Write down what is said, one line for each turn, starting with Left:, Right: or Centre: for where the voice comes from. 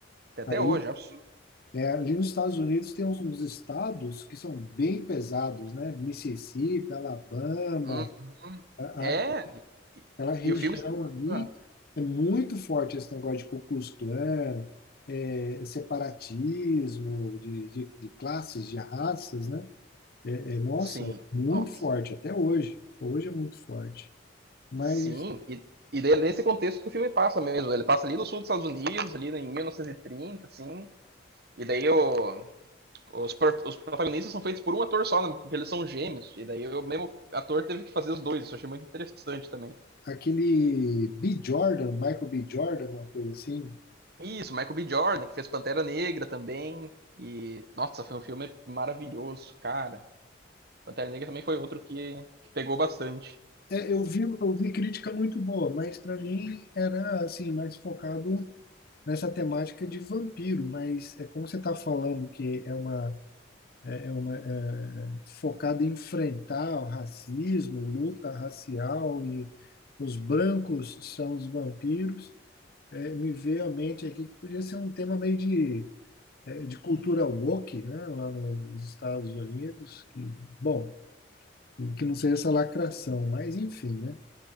Right: tem até
Left: Ali
Right: hoje, é um absurdo.
Left: É, ali nos Estados Unidos tem uns, uns estados que são bem pesados, né? Mississippi, Alabama,
Right: Hum,
Left: a-
Right: é,
Left: a- aquela região
Right: e o filme se passa.
Left: ali é muito forte esse negócio de Ku Klux Klan, é, separatismo de, de, de classes, de raças, né? É, é, nossa,
Right: Sim,
Left: muito
Right: nossa.
Left: forte até hoje. Hoje é muito forte. Mas
Right: Sim, e, e daí é nesse contexto que o filme passa mesmo. Ele passa ali no sul dos Estados Unidos, ali em 1930, assim. E daí o- os, pro- os protagonistas são feitos por um ator só, né? porque eles são gêmeos. E daí o mesmo ator teve que fazer os dois. Isso eu achei muito interessante também.
Left: aquele B. Jordan, Michael B. Jordan, uma coisa assim,
Right: Isso, Michael B. Jordan, que fez Pantera Negra também. E, nossa, foi um filme maravilhoso, cara. Pantera Negra também foi outro que, que pegou bastante.
Left: É, eu vi, eu vi crítica muito boa, mas para mim era assim mais focado nessa temática de vampiro. Mas é como você está falando que é uma é, é uma é, focada em enfrentar o racismo, luta racial e os brancos são os vampiros. é, me veio à mente aqui que podia ser um tema meio de é, de cultura woke, né, lá no- nos Estados Unidos. Que, bom, que não seja essa lacração, mas enfim, né?